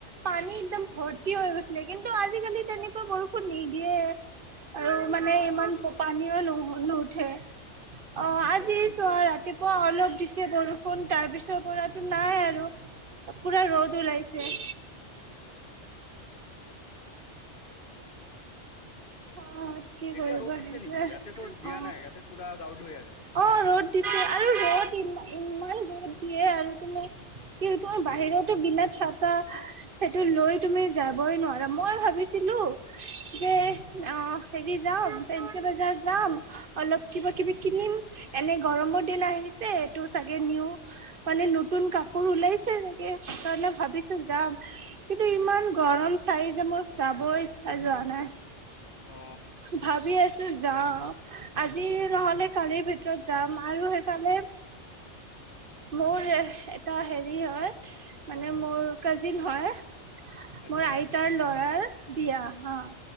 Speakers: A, on the right; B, on the left.
A: পানী একদম ভৰ্তি হৈ গৈছিলে কিন্তু আজিকালি তেনেকৈ বৰষুণ নিদিয়ে আৰু মানে
B: অ
A: ইমান
B: এইটো হয়
A: পানীও নহয় নুঠে অ আজি
B: এইটো হৈছে
A: চোৱা
B: অ
A: ৰাতিপুৱা অলপ তিছে বৰষুণ তাৰ পিছৰ পৰাটো নাই আৰু পুৰা ৰ'দ ওলাইছে অ কি
B: এতিয়া
A: কৰিবা
B: ৰ'দ দিছে
A: সেইটোৱে
B: নেকি ইয়াতেতো দিয়া
A: অ
B: নাই ইয়াতে পুৰা ক্লাউড হৈ আছে
A: অ ৰ'দ দিছে আৰু ৰ'দ ইমান ইমান দিয়ে আৰু তুমি কি তুমি বাহিৰতো বিনা চাতা সেইটো লৈ তুমি যাবই নোৱাৰা মই ভাবিছিলো যে অ হেৰি যাম পেঞ্চি বজাৰ যাম অলপ কিবা কিবি কিনিম এনে গৰম <unintelligible> আহিছে এইটো চাগে নিউ মানে নতুন কাপোৰ ওলাইছে চাগে সে ভ ভাবিছো যাম কিন্তু ইমান গৰম চাৰি যে মোৰ যাব ইচ্ছা যোৱা নাই
B: অ
A: ভাবি আছো যাও আজি নহলে কালিৰ ভিতৰত যাম আৰু সেইফালে মোৰ এটা হেৰি হয় মানে মোৰ কাজিন হয়
B: আচ্ছা
A: মোৰ আইতাৰ লৰাৰ বিয়া অ